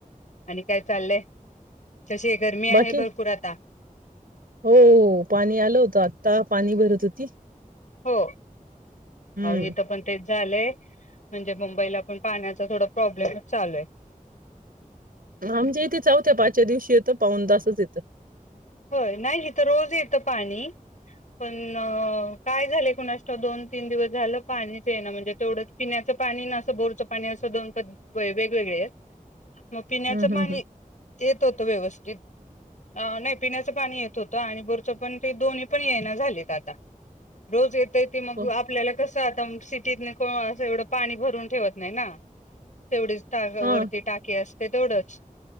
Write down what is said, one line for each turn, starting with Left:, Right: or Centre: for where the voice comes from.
Left: आणि काय चाललंय? तशी गरमी
Right: बाकी
Left: आहे भरपूर आता.
Right: हो पाणी आलं होतं, आता पाणी भरत होती.
Left: हो!
Right: हम्म
Left: अवो इथ पण तेचं. झालंय म्हणजे मुंबईला, पण पाण्याचा थोड प्रॉब्लेमच चालू आहे.
Right: आमच्या इथे चौथ्या, पाचव्या, दिवशी येतं पाऊन तासच येतं.
Left: होय नाही इथं रोज येत पाणी. पण काय झाले. कुणास ठाऊक दोन तीन दिवस झालं पाणीच येई ना, म्हणजे तेवढं पिण्याचं पाणी ना, असं बोरचं पाणी, असं दोन प वेगवेगळे आहेत. मग पिण्याचं
Right: हम्म हम्म
Left: पाण? येत होत व्यवस्थित, अ नाही. पिण्याच पाणी येत होत, आणि बोरचं पण, ते दोन्ही पण येई ना झालेत आता रोज ये ते ती मग
Right: हो
Left: आपल्याला कसं त आता म सिटीत न कोण, असं एवढं पाणी भरून ठेवत नाही ना. तेवढीच टाका,
Right: हा
Left: वरती टाकी अस ते तेवढंच.